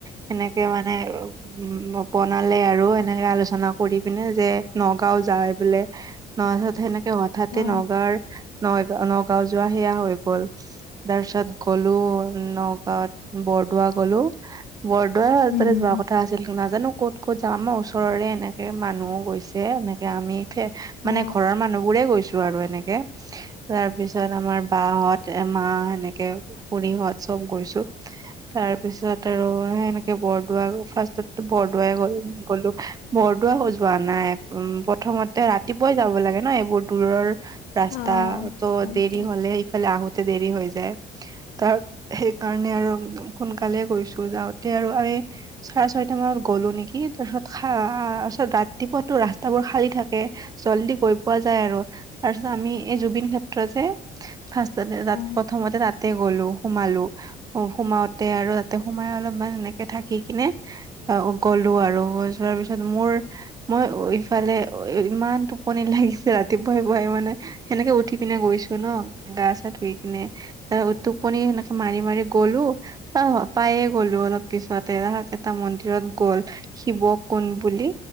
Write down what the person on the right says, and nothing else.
সেনেকে মানে উম বনালে আৰু এনেকে আলোচনা কৰি পিনে যে নগাঁও যায় বোলে ন থত সেনেকে হঠাতে
নগাঁৱ নইগা নগাঁও যোৱা সেয়া হৈ গ'ল তাৰপিছত গলো নগাঁৱত বৰদোৱা গলো বৰদোৱা সেফালে
যোৱা কথা আছিল। তেল কে নাজানো ক'ত ক'ত যাওঁ আমাৰ ওচৰৰে এনেকে মানুহ গৈছে এনেকে আমি খে মানে
ঘৰৰ মানুহবোৰে গৈছো আৰু এনেকে তাৰ পিছত আমাৰ বাহত তে মা সেনেকে খুৰীহত চব গৈছো তাৰ পিছত আৰু সেনে বৰডোৱা ফাৰ্ষ্টততটো বৰডুৱা গলো। এহ বৰদোৱা হৈ যোৱা নাই, উম প্ৰথমতে ৰাতিপুৱাই যাব লাগে ন এই ব দূৰৰ ৰাস্তা
ত'
দেৰি
হলে ইফালে আহোতে দেৰি হৈ যায়। তাৰ সেইকাৰণে আৰু সোনকালে গৈছো যাওঁতে আৰু আমি চাৰে ছয়টা মানত গ'লো নেকি তাৰপিছত সাৰা অ ৰাতিপুৱাতো ৰাস্তাবোৰ খালী থাকে। জল্দি গৈ পোৱা যায় আৰু তাৰ পিছত আমি এই জুবিন ক্ষেত্ৰ যে ফাষ্টতে তাত
প্ৰথমতে তাত তাতে গলো সোমালো সোমাওতে আৰু তাতে সোমাই অলপমান এনেকে থাকি কিনে অ গ'লো আৰু যোৱাৰ পিছত মোৰ মই ইফালে অ ই ইমান টোপনি লাগিছে ৰাতিপুৱাই পুৱাই মানে। সেনেকে উঠি পিনে গৈছো ন, গা চা ধুই পিনে ত টোপনি সেনেকে মাৰি মাৰি গলো অ পায়ে গ'লো অলপ পিছতে তাৰপিছত এটা মন্দিৰত গ'ল। শিৱ কুণ বুলি